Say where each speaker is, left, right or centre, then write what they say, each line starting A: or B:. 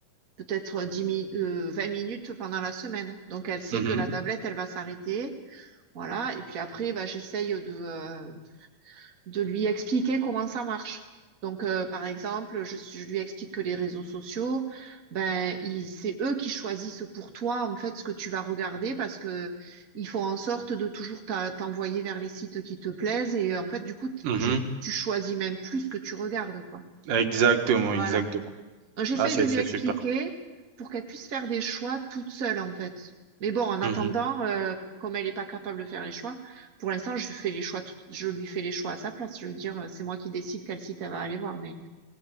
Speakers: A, on the right (about 30°); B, on the right (about 90°).
A: peut-être dix mi- euh, 20 minutes pendant la semaine. Donc, elle sait
B: mhm,
A: que la tablette, elle va s'arrêter. Voilà, et puis après, bah, j'essaye de, euh, de lui expliquer comment ça marche. Donc, euh, par exemple, je, je lui explique que les réseaux sociaux, ben, ils- c'est eux qui choisissent pour toi, en fait, ce que tu vas regarder parce que ils font en sorte de toujours t'a- t'envoyer vers les sites qui te plaisent et, en fait, du coup,
B: mhm.
A: tu, tu choisis même plus ce que tu regardes, quoi.
B: Exactement,
A: Voilà.
B: exactement.
A: Euh, J'essaye
B: Ah, c'est,
A: de lui
B: c'est
A: expliquer
B: super.
A: pour qu'elle puisse faire des choix toute seule, en fait. Mais bon, en
B: Mhm.
A: attendant, euh, comme elle n'est pas capable de faire les choix, pour l'instant, je fais les choix, tout- je lui fais les choix à sa place. Je veux dire, euh, c'est moi qui décide quel site elle va aller voir. Mais,